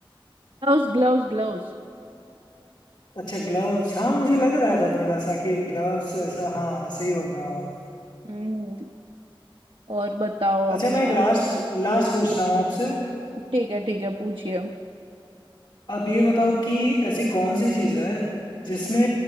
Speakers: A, on the right (about 65°); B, on the left (about 55°).
A: Gloves gloves gloves
B: अच्छा ग्लव्स हाँ मुझे लग रहा था थोड़ा सा कि ग्लव्स ऐसा हाँ सही बोल रहे हो आप
A: हम्म और बताओ
B: अच्छा
A: अभी
B: मैं एक
A: आप
B: लास्ट लास्ट पूछ रहा हूँ आपसे
A: ठीक है ठीक है पूछिए
B: आप ये बताओ कि ऐसी कौन सी चीज़ है जिसमें